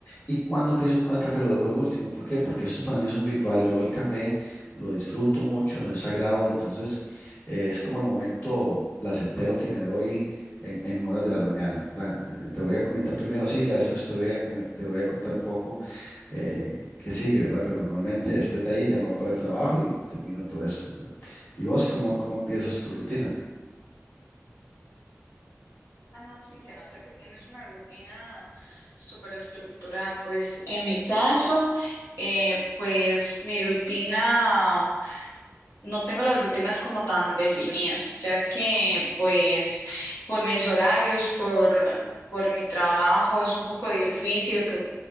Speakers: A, on the left; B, on the left.
A: y cuando empiezo con el café lo dejo de último. ¿Por qué? Porque esto es- para mí es un ritual. Yo el café lo disfruto mucho, es sagrado, entonces eh, es como el momento placentero que me doy en, en horas de la mañana, ¿verdad? Eh, Te voy a comentar primero así, ya después te voy a, come- te voy a contar un poco eh, qué sigue, ¿verdad? Pero normalmente después de ahí ya me voy para el trabajo y termino todo esto, ¿verdad? ¿Y vos cómo, cómo empiezas tu rutina?
B: Ah, no, sí, se nota que tienes una rutina súper estructurada. Pues en mi caso, eh, pues mi rutina, no tengo las rutinas como tan definidas, ya que pues por mis horarios, por, por mi trabajo, es un poco difícil que